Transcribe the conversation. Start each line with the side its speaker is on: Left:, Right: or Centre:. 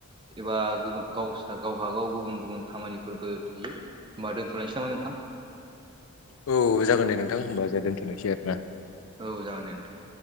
Right: एबा गुबुन गावसा गावबा-गाव गुबुन गुबुन खामानिफोरबो थायो। होमबा दोनथलायनोसै नामा नोंथां?
Left: औ जागोन दे नोंथां होमबा जोंहा दोन्थनोसै आरो ना।
Right: औ जागोन दे नोंथां।